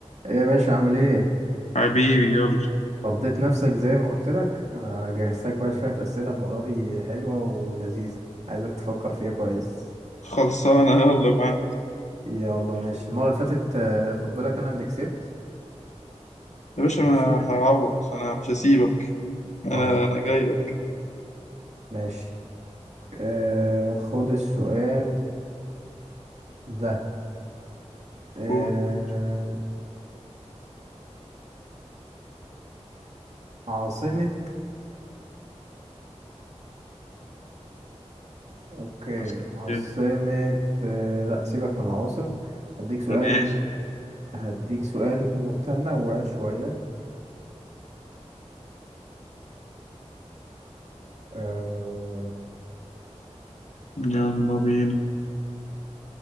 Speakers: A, on the right; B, on the left.
A: ايه يا باشا عامل ايه؟
B: حبيبي يلا
A: فضيت نفسك زي ما قلت لك انا جهزتك بقى شوية أسئلة المرة دي حلوة ولذيذة عايزك تفكر فيها كويس
B: خلصانة يلا معاك
A: يلا ماشي المرة اللي فاتت آه، خد بالك انا اللي كسبت
B: يا باشا
A: ماشي
B: أنا هعوض أنا مش هسيبك أنا
A: طيب
B: أنا جاي لك
A: ماشي آه خد السؤال ده آه
B: قول يا باشا.
A: عاصمة اوكي
B: هسألك
A: عاصمة
B: إيه؟
A: آه لا سيبك من العواصم هديك سؤال
B: ماشي
A: هديك سؤال متنوع شوية آه...
B: يلا بينا